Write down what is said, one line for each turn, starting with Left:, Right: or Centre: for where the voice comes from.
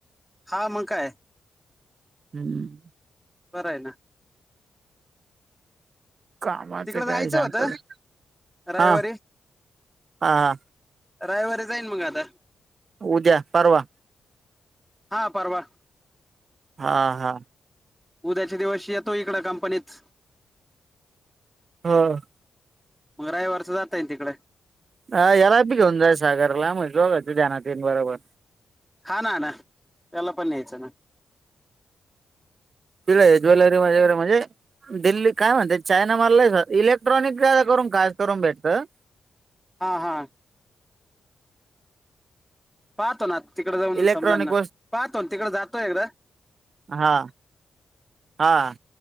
Centre: हा मग काय?
Right: हम्म
Centre: बरं आहे ना?
Right: कामाचं
Centre: तिकडे जायचं
Right: काय झालं?
Centre: होतं रविवारी
Right: हा हा
Centre: रायवारी जाईन मग आता.
Right: उद्या, परवा.
Centre: हा परवा,
Right: हा हा
Centre: उद्याच्या दिवशी येतो इकड कंपनीच
Right: हा,
Centre: मग रयवारच जाताय ना तिकडे.
Right: अ याला पी घेऊन जाईन सागरला म्हणजे बघाच धनातील येईल बरोबर.
Centre: हा ना नाना त्याला पण न्यायच ना,
Right: तिकडे ज्वेलरी वगैरे म्हणजे दिल्ली काय म्हणते चायना माल लय इलेक्ट्रॉनिक <unintelligible> करून खास करून भेटतं.
Centre: हा हा, पाहतो ना, तिकडे जाऊन
Right: इलेक्ट्रॉनिक
Centre: समजल ना,
Right: वस्तू
Centre: पाहतो तिकड जातोय एकदा
Right: हा हा,